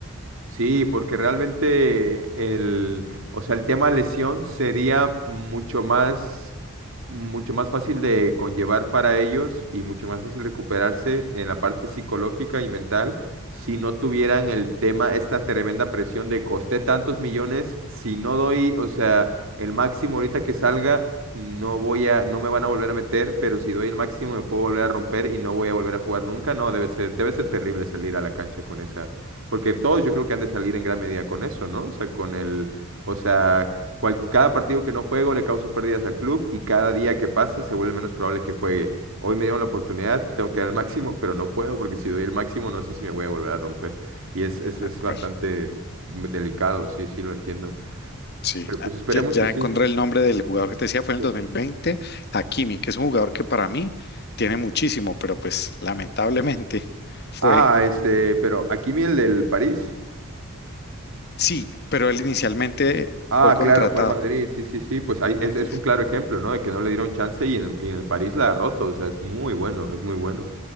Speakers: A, on the right (about 65°); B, on the left (about 50°).
A: Sí, porque realmente el, o sea, el tema lesión sería mucho más, mucho más fácil de conllevar para ellos y mucho más fácil recuperarse en la parte psicológica y mental si no tuvieran el tema, esta tremenda presión de costé tantos millones, si no doy, o sea, el máximo ahorita que salga, no voy a, no me van a volver a meter, pero si doy el máximo me puedo volver a romper y no voy a volver a jugar nunca. No, debe ser, debe ser terrible salir a la cancha con esa porque todos yo creo que han de salir en gran medida con eso, ¿no? O sea, con el, o sea, cual- cada partido que no juego le causo pérdidas al club y cada día que pasa se vuelve menos probable que juegue. Hoy me dieron la oportunidad, tengo que dar el máximo, pero no puedo porque si doy el máximo no sé si me voy a volver a romper. Y es, es,
B: Tal
A: es
B: cual.
A: bastante delicado, sí, sí, lo entiendo.
B: Sí,
A: Pero pues
B: Ah,
A: esperemos
B: ya, ya
A: que sí.
B: encontré el nombre del jugador que te decía, fue en
A: Sí.
B: el dos mil Veinte, Hakimi, que es un jugador que para mí tiene muchísimo, pero pues lamentablemente <laughs> fue,
A: Ah, este, pero aquí viene el del París.
B: sí, pero él inicialmente
A: Ah,
B: fue contratado,
A: claro, fue al Madrid, sí, sí, sí, pues ahí
B: entonces,
A: es, es un claro ejemplo, ¿no? De que no le dieron chance y en, y en el París la derrotó, o sea, es muy bueno, es muy bueno.